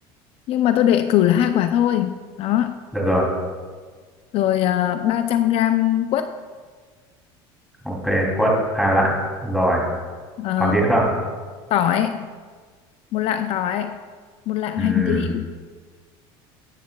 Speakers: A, on the left; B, in the centre.
A: Nhưng mà tôi để cử là hai quả thôi. Đó.
B: được rồi
A: Rồi uh, 300 gram quất
B: ok quất hai lạng rồi
A: ờ,
B: còn gì nữa không
A: tỏi, một lạng tỏi, một lạng
B: ừ
A: hành tím,